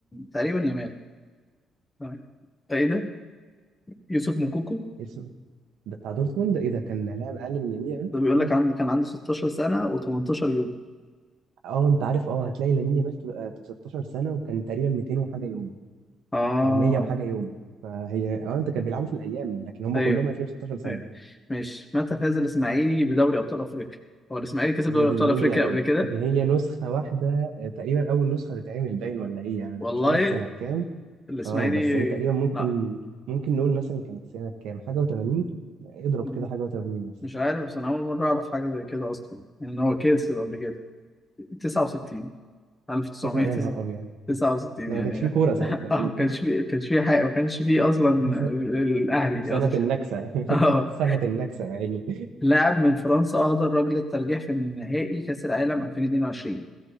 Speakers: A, on the left (about 15°); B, on the right (about 80°).
A: تقريبا يامال تمام. ايه ده؟ يوسف موكوكو
B: اسم ده بتاع دورتموند ايه ده كان لاعب اقل من يمين
A: ده بيقول
B: يامال
A: لك عند كان عندي 16 سنة و18 يوم
B: اه انت عارف اه هتلاقي لامين يامال في آه، في 16 سنه وكان تقريبا 200 وحاجه يوم
A: اه
B: او 100 وحاجه يوم فهي اه انت كان بيلعبوا في الايام لكن هم
A: ايوه
B: كلهم هتلاقيهم 16 سنه
A: ايوه ماشي متى فاز الاسماعيلي بدوري ابطال افريقيا هو الاسماعيلي كسب
B: هي
A: دوري
B: دي
A: ابطال
B: النيله
A: افريقيا قبل كده
B: ده هي نسخه واحده آه، تقريبا اول نسخه تتعمل باين ولا ايه يعني انا
A: والله
B: مش عارف سنه كام
A: الاسماعيلي
B: اه بس هي تقريبا ممكن
A: لا
B: ممكن نقول مثلا كانت سنه كام حاجه و80 اضرب
A: م-
B: كده حاجه و80 مثلا
A: مش عارف بس انا اول مرة اعرف حاجة زي كده اصلا يعني ان هو كسب قبل كده 69 1969
B: تسعة يا نهار ابيض ده
A: يعني
B: ما كانش فيه
A: اه
B: كوره ساعتها يا
A: ما
B: عيني
A: كانش فيه كانش فيه حاجة ما كانش فيه اصلا
B: <laughs>
A: ال- الاهلي
B: سنه
A: اصلا
B: النكسه
A: <laughs>
B: <laughs>
A: اه
B: سنه النكسه يا عيني
A: لاعب من فرنسا اهدر رجل الترجيح في نهائي كأس العالم 2022